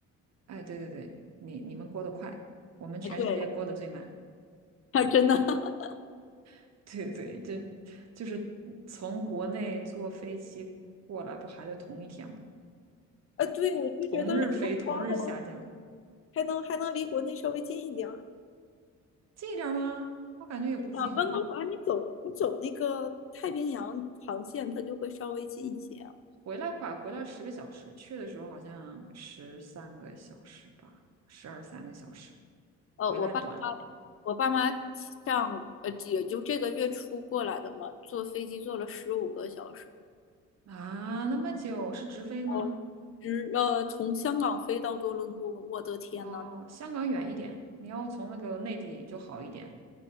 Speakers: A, on the right; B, on the left.
A: 哎，对对对，你你们过得快，我们全世界过得最慢。
B: 啊，对，<laughs> 还真的 <laughs>
A: <laughs> 对对，就就是从国内坐飞机过来，不还得同一天吗？
B: 啊，对，我就觉得温哥华还能
A: 同日飞，同日下降，
B: 还能还能离国内稍微近一点。
A: 近一点儿吗？我感觉也不近啊。
B: 啊，温哥华你走你走那个太平洋航线，它就会稍微近一些。
A: 回来快，回来十个小时，去的时候好像十三个小时吧，十二三个小时，
B: 呃，
A: 回来短
B: 我爸妈我爸妈上呃也就这个月初过来的嘛，坐飞机坐了十五个小时，
A: 啊，那么久是直飞吗？
B: 哦，直呃从香港飞到多伦多，我的天呐，
A: 哦，香港远一点，你要从那个内地就好一点。